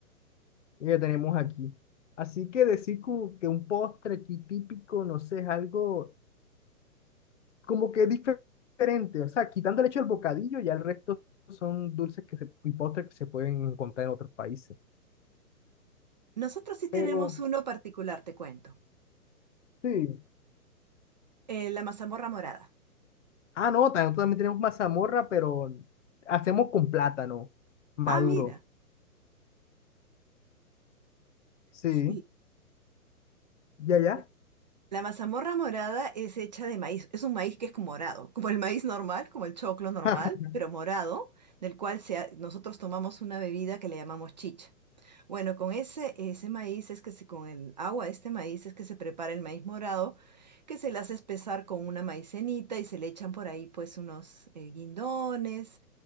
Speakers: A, on the left (about 50°); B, on the right (about 30°).
A: y que tenemos aquí. Así que decir como que un postre aquí típico, no sé, es algo como que difer- diferente. O sea, quitando el hecho del bocadillo, ya el resto son dulces que se, y postres que se pueden encontrar en otros países.
B: Nosotros sí tenemos
A: pero
B: uno particular, te cuento.
A: Sí.
B: Eh, la mazamorra morada.
A: Ah, no, también, también tenemos mazamorra, pero hacemos con plátano maduro.
B: Ah, mira.
A: Sí,
B: Sí.
A: ya, ya.
B: ya. La mazamorra morada es hecha de maíz. Es un maíz que es como morado, como el maíz normal, como el choclo normal,
A: <laughs>
B: pero morado, del cual se ha- nosotros tomamos una bebida que le llamamos chicha. Bueno, con ese, ese maíz es que se, con el agua de este maíz es que se prepara el maíz morado, que se le hace espesar con una maicenita y se le echan por ahí pues unos eh, guindones,